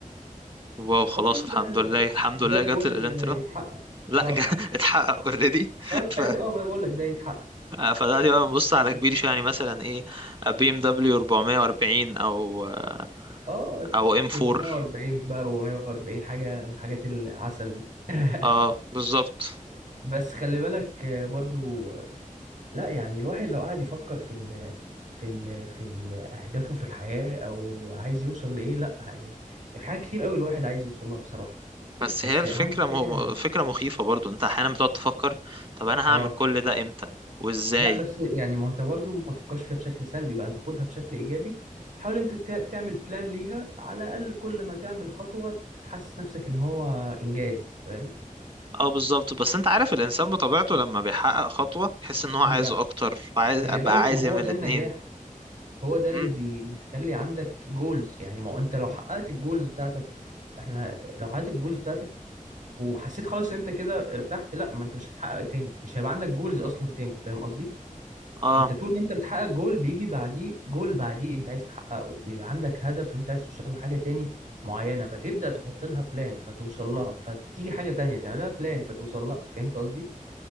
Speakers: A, on the right; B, on the right.
A: واو خلاص
B: اوكي ده
A: الحمد لله
B: ده,
A: الحمد
B: ده
A: لله
B: جول
A: جت ال- الانترا
B: آه، يتحقق
A: لا
B: اه
A: جا <laughs> اتحقق اوريدي
B: طب
A: ف
B: حلو اه ما أنا بقول لك ده يتحقق
A: آه، فدلوقتي بقى بنبص على
B: بس
A: كبير شويه يعني مثلا ايه بي ام دبليو 440 او آه،
B: اه
A: او ام 4
B: 340 بقى 440 حاجة من الحاجات العسل دي <laughs>
A: اه بالظبط
B: بس خلي بالك آه، برضو لا يعني الواحد لو قعد يفكر في ال في ال في ال أهدافه في الحياة أو عايز يوصل لإيه لا هي في حاجات كتير قوي الواحد عايز يوصل لها بصراحة
A: بس
B: بس
A: هي الفكره
B: أهم
A: مه...
B: حاجة
A: فكره مخيفه برضو انت احيانا بتقعد تفكر طب انا هعمل
B: آه
A: كل ده امتى وازاي
B: لا بس يعني ما أنت برضه ما تفكرش فيها بشكل سلبي بقى أنت خدها بشكل إيجابي حاول أنت تع- تعمل بلان ليها على الأقل كل ما تعمل خطوة تحسس نفسك إن هو إنجاز فاهم
A: اه بالظبط بس انت عارف الانسان بطبيعته لما بيحقق خطوة يحس ان هو
B: دي
A: عايز
B: بقى
A: اكتر وعايز
B: خلي
A: بقى
B: بالك
A: عايز
B: ما هو
A: يعمل
B: ده
A: الاتنين
B: النجاح هو ده اللي
A: مم.
B: بيخلي عندك جولز يعني ما هو انت لو حققت الجولز بتاعتك احنا لو حققت الجولز بتاعتك وحسيت خلاص ان انت كده ارتحت لا ما انت مش هتحقق تاني مش هيبقى عندك جولز اصلا تاني فاهم قصدي
A: اه
B: انت طول ما انت بتحقق جول بيجي بعديه جول بعديه انت عايز تحققه بيبقى عندك هدف انت عايز توصل لحاجة تاني معينة فتبدأ تحط لها بلان فتوصل لها فتيجي حاجة تانية تعمل لها بلان فتوصل لها فهمت قصدي